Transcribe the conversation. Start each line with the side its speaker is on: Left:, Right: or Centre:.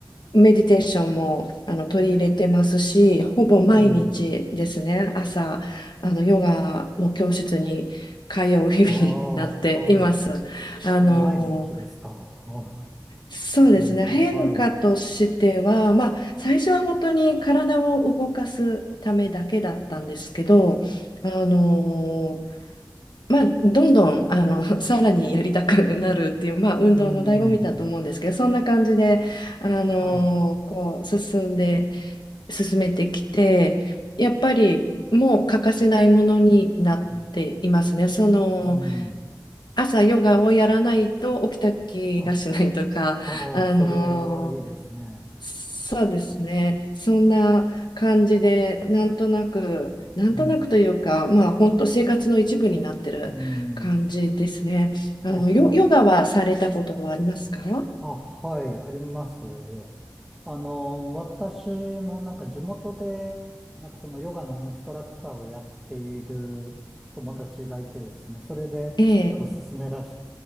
Left: メディテーションもあの取り入れてますし、ほぼ毎日ですね、
Centre: うん。
Left: 朝、あのヨガの教室に通う日々になっています。
Centre: ああ、はい。
Left: あの、
Centre: 毎日ですか。は
Left: そうですね、
Centre: い。うんはい。
Left: 変化としては、まあ、最初は本当に体を動かすためだけだったんですけど、あのまあ、どんどんあの <laughs> さらにやりたくなるっていう、まあ、運動の醍醐味だと思うんですけどそんな感じで、
Centre: うん。
Left: あのこう進んで
Centre: はい。
Left: 進めてきてやっぱりもう欠かせないものになっていますね。
Centre: うん。
Left: その
Centre: うん
Left: 朝ヨガをやらないと起きた気がしないとか、
Centre: あ、ああ、
Left: あの
Centre: それはいいですね。
Left: そうですね。そんな感じで、なんとなく、なんとなくというか、
Centre: うん。
Left: まあ、本当生活の一部になってる感じですね。
Centre: うん。はは。
Left: あの、ヨ、ヨガはされたことはありますか
Centre: あ、はい、ありますよ。あの、私もなんか地元で、なんかそのヨガのインストラクターをやっている友達がいてですね、それでちょっと勧めらし、
Left: ええ、